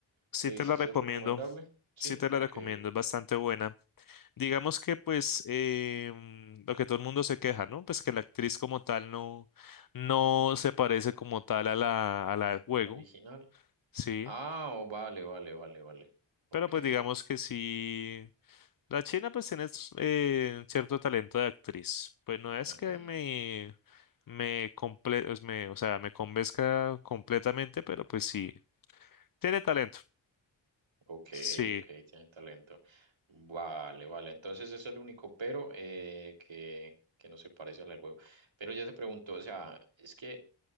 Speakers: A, on the left (about 45°); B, on the right (about 70°).
A: Sí
B: ¿Qué dices?
A: te la recomiendo,
B: ¿Es recomendable? Sí,
A: sí te la
B: ok,
A: recomiendo, es bastante buena. Digamos que pues em, lo que todo el mundo se queja, ¿no? Pues que la actriz como tal no, no se parece como tal a la, a la del juego,
B: ¿O la original.
A: sí.
B: Ah, oh, vale, vale, vale, vale, ok,
A: Pero pues digamos que sí, la china pues tiene eh, cierto talento de actriz. Pues no es
B: ujú.
A: que me, me, comple- pues, me, o sea, me convenzca completamente, pero pues sí. Tiene talento.
B: Ok,
A: Sí,
B: ok, tiene talento. Vale, vale. Entonces eso es el único pero eh, que, que no se parece al del juego. Pero ya te pregunto, o sea, es que